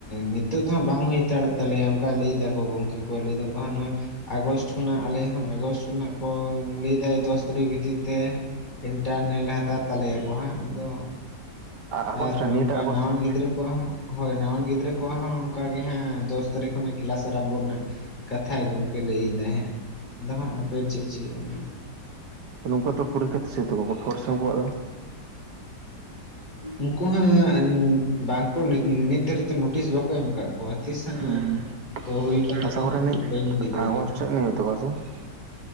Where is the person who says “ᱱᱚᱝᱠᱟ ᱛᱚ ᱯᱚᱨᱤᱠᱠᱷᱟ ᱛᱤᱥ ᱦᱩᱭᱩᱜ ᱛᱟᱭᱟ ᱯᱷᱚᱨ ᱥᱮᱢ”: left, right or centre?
Right